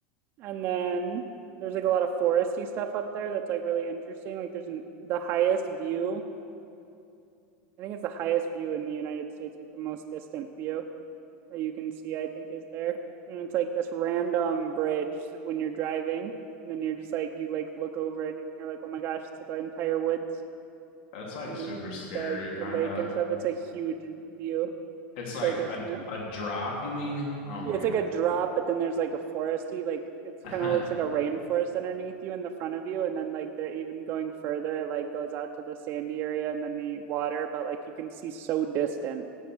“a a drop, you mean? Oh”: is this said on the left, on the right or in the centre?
Left